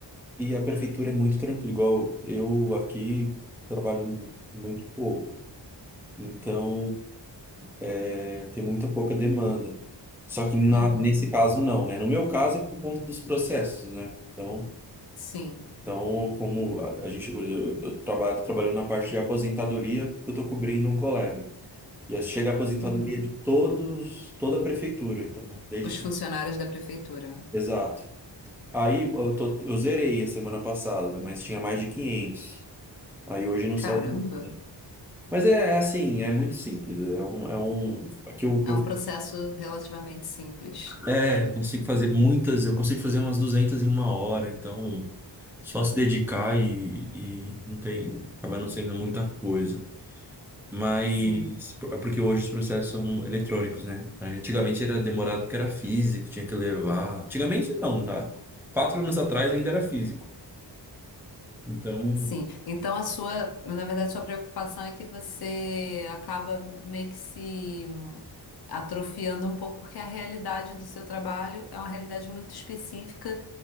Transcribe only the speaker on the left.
Uhum,
sim.
Uhum.
Os funcionários da prefeitura.
Caramba,
é
um processo relativamente simples.
Sim,
sim. Então a sua, na verdade, sua preocupação é que você acaba meio que se hum, atrofiando um pouco, porque a realidade do seu trabalho é uma realidade muito específica